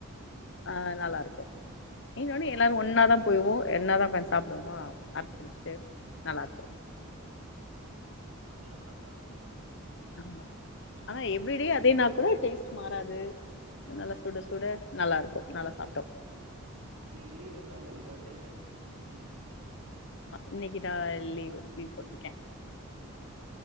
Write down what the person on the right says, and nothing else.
நல்ல சாப்பாடு
இன்னைக்கு லீவ் அக்கா உங்களுக்கு ஒர்க்கு வீட்ல இருக்கீங்க போல